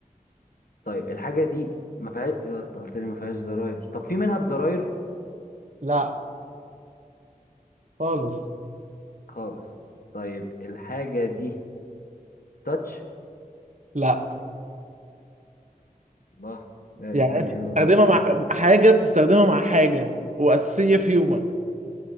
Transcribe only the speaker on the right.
لا خالص
لا
يعني
انت بتستخدمها
مع حاجة بتستخدمها مع حاجة وأساسية في يومك